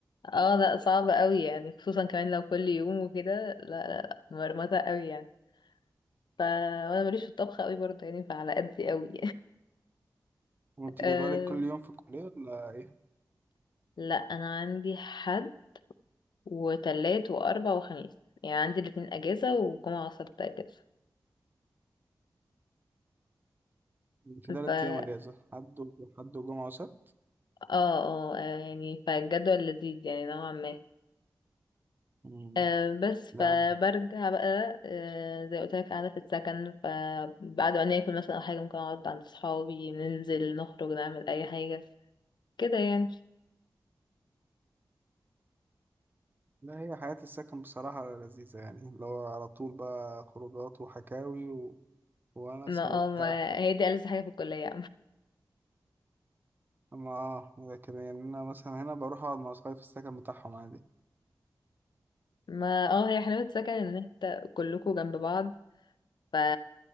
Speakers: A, on the left (about 80°); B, on the right (about 25°).
A: آه، لا صعب قوي يعني خصوصا كمان لو كل يوم وكده لا لا لا مرمطة قوي يعني ف... وانا ماليش في الطبخ قوي برضه يعني فعلى قدي قوي
B: وانت
A: <laughs> أه...
B: جدولك كل يوم في الكلية ولا ايه؟
A: لا انا عندي حد وتلات واربع وخميس يعني عندي الاتنين اجازة وجمعة وسبت اجازة
B: انت تلات
A: ف اه
B: ايام اجازة حد و- حد وجمعة وسبت
A: اه آه، يعني فالجدول لذيذ يعني نوعا ما
B: مم.
A: أه بس فبرجع
B: لا
A: بقى أه زي قلت لك قاعدة في السكن فبعد ما ناكل مثلا أو حاجة ممكن أقعد عند صحابي ننزل نخرج نعمل أي حاجة كده يعني
B: لا هي حياة السكن بصراحة لذيذة يعني اللي هو على طول بقى خروجات وحكاوي و... وأنس
A: ما
B: وبتاع
A: اه ما هي دي ألذ حاجة في الكلية
B: أما آه لكن يعني أنا مثلا هنا بروح أقعد مع أصحابي في السكن بتاعهم عادي
A: ما اه هي حلاوة سكن ان انت كلكوا جنب بعض ف...